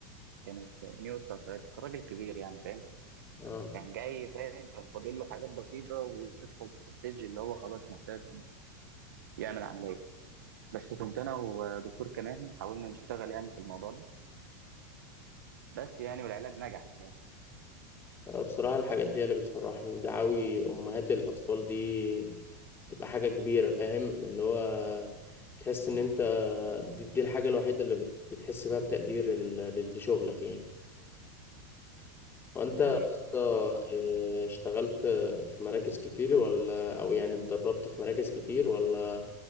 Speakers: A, on the right; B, on the left.
A: كانت نيو ستار سايتس كان راجل كبير يعني فاهم
B: اه
A: كان جاي فاهم كان فاضل له حاجات بسيطه ويدخل في الستيج اللي هو خلاص محتاج يعمل عمليه بس كنت انا ودكتور كمان حاولنا نشتغل يعني في الموضوع ده بس يعني والعلاج نجح يعني
B: آه، بصراحه الحاجات دي هي اللي بتفرحني ودعاوي امهات الاطفال دي تبقى حاجة كبيرة فاهم اللي هو تحس ان انت دي, دي الحاجة الوحيدة اللي بت- بتحس فيها بتقدير ال- لشغلك يعني وانت
A: ده
B: يا
A: حقيقي
B: اسطى
A: ده
B: آه،
A: حقيقي.
B: اشتغلت في مراكز كتير ولا او يعني اتدربت في مراكز كتير ولا